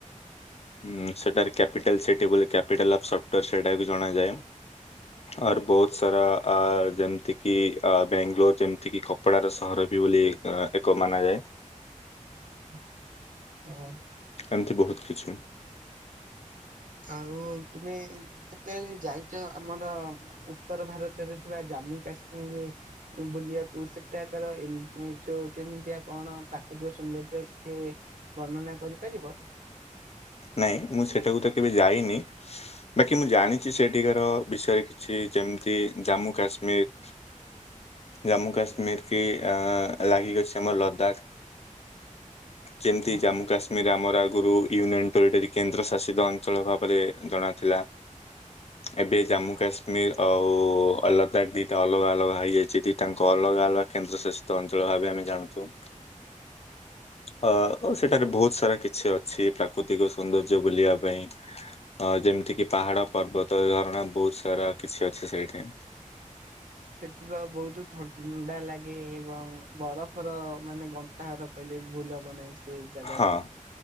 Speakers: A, on the left (about 50°); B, on the right (about 80°).
A: ଉଁ ସେଟାରେ କ୍ୟାପିଟାଲ ସିଟି ବୋଲି କ୍ୟାପିଟାଲ୍ ଅଫ୍ ସଫ୍ଟୋର୍ ସେଇଟାକୁ ଜଣାଯାଏ। ଆର୍ ବହୁତ ସାରା ଆ ଯେମିତି କିି ଆ ବାଙ୍ଗାଲୋର ଯେମିତି କି କପଡାର ସହର ବୋଲି ଏକ ମାନା ଯାଏ।
B: ହଁ <inaudible> ହଁ।
A: ଏମତି ବହୁତ କିଛି।
B: ଆଉ ତୁମେ କେତେବେଳେ ଯାଇଚ ଆମର ଉତ୍ତର ଭାରତରେ ଥିବା ଜାମ୍ମୁ କାଶ୍ମୀର ବୁଲିବାକୁ ସେଠାକାର ଯୋଉ କେ କେମିତିଆ କଣ ପ୍ରାକୃତିକ ସୌନ୍ଦର୍ଯ୍ୟ ଟିକିଏ ବର୍ଣ୍ଣନା କରିପାରିବ।
A: ନାଇଁ ମୁଁ ସେଟାକୁ ତ କେବେ ଯାଇନି ବାକି ମୁଁ ଜାଣିଛି ସେଠିକାର ବିଷୟରେ କିଛି ଯେମିତି ଜାମ୍ମୁ କାଶ୍ମୀର। ଜାମ୍ମୁ କାଶ୍ମୀର କି ଆ ଲାଗିକିଅଛି ଆମର ଲଦାକ। ଯେମିତି
B: ହଁ
A: ଜାମ୍ମୁ କାଶ୍ମୀର ଆମର ଆଗରୁ ୟୁନିଅନ୍ ଜଉଟାକି କେନ୍ଦ୍ର ଶାସିତ ଅଞ୍ଚଳ ଭାବରେ ଜଣା ଥିଲା। ଏବେ ଜାମ୍ମୁ କାଶ୍ମୀର ଆଉ ଅଲ୍ଲତନାଖ ଦିଟା ଅଲଗା ଅଲଗା ହେଇଯାଇଛିି ଦିଟା ଆଙ୍କ। ଅଲଗା ଅଲଗା କେନ୍ଦ୍ର ଶାସିତ ଅଞ୍ଚଳ ଭାବେ ଆମେ ଜାଣୁଚୁ। ଅ ସେଠାରେ ବହୁତ ସାରା କିଛି ଅଛି ପ୍ରାକୃତିକ ସୌନ୍ଦର୍ଯ୍ୟ ବୁଲିବା ପାଇଁ। ଅ ଯେମିତି କିି ପାହାଡ ପର୍ବତ ଝରଣା ବହୁତ ସାରା କିଛି ଅଛି ସେଇଠି।
B: ସେଥି ତ ବହୁତ ଥଣ୍ଡା ଲାଗେ ଏବଂ ବର ର ମାନେ ଗଣ୍ଟା ହାର କହିଲେ ବି ଭୁଲ ହବ ନାହିଁ। ସେଇ ଜାଗାକୁ।
A: ହଁ।